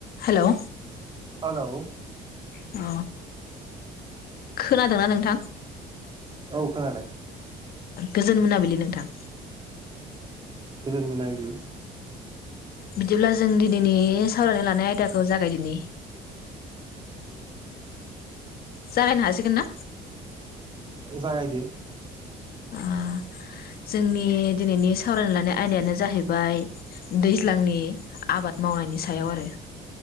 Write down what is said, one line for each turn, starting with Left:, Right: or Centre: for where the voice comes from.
Left: हेलौ
Right: हेलौ
Left: अ खोनादों ना नोंथां?
Right: औ खोनादों।
Left: गोजोन मोनाबिलि नोंथां।
Right: गोजोन मोनाबिलि।
Left: बिदिब्ला जों दिनैनि सावरायनो लानाय आयदाखौ जागायदिनि। जागायनो हासिगोन ना?
Right: जागायदो।
Left: आ जोंनि दिनैनि सावरायनो लानाय आयदायानो जाहैबाय दैज्लांनि आबाद मावनायनि सायाव आरो